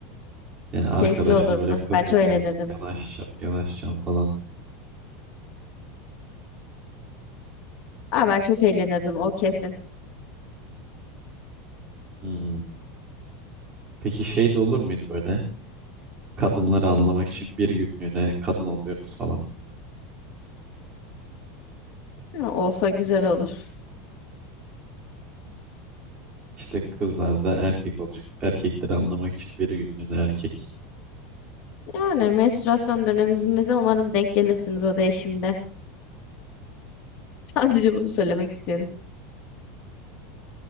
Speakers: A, on the right (about 35°); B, on the left (about 45°).
A: Yani arkadaşını
B: Keyifli olurdu.
A: böyle kız
B: Ben
A: gibi
B: çok eğlenirdim.
A: yanaşacağım yanaşacağım falan.
B: Aa, ben çok eğlenirdim o kesin.
A: Hmm. Peki şey de olur muydu böyle? Kadınları anlamak için bir günlüğüne kadın oluyoruz falan.
B: Ya, olsa güzel olur.
A: İşte kızlar da erkek olacak. Erkekleri anlamak için bir günlüğüne erkek.
B: Yani menstruasyon dönemimize umarım denk gelirsiniz o değişimde. <laughs> Sadece bunu söylemek istiyorum.